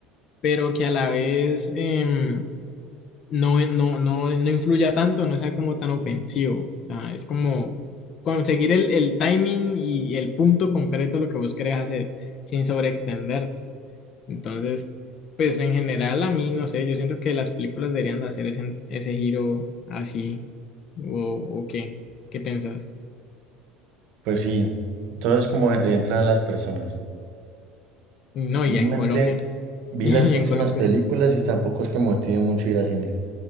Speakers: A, on the left; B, on the right.
A: pero que a la vez em, no, no, no, no influya tanto, no sea como tan ofensivo. O sea, es como conseguir el, el timing y el punto concreto de lo que vos querés hacer sin sobreextenderte. Entonces, pues en general a mí, no sé, yo siento que las películas deberían de hacer ese, ese giro así, o, o qué, ¿qué piensas?
B: Pues sí, todo es como le entran a las personas.
A: No,
B: Realmente
A: y en Colombia, <laughs>
B: vi
A: y
B: las próximas
A: en Colombia,
B: películas y tampoco es que me motive mucho ir al cine.